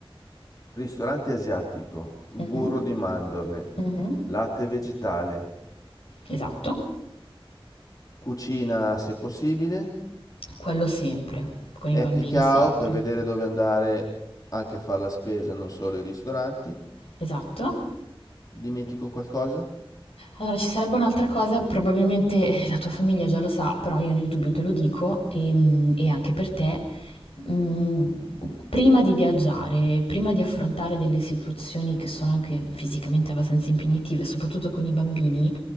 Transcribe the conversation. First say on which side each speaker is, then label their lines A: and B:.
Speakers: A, on the left; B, on the left.
A: Ristorante asiatico, burro
B: Mhm,
A: di mandorle,
B: mhm,
A: latte vegetale,
B: Esatto,
A: cucina se possibile,
B: quello sempre, con
A: happy
B: i bambini
A: cow
B: sempre.
A: per vedere dove andare anche a fare la spesa, non solo i ristoranti.
B: Esatto.
A: Dimentico qualcosa?
B: Allora, ci sarebbe un'altra cosa, probabilmente eh, la tua famiglia già lo sa, però io nel dubbio te lo dico ehm, e, anche per te. mm, prima di viaggiare, prima di affrontare delle situazioni che sono anche fisicamente abbastanza impegnative, soprattutto con i bambini,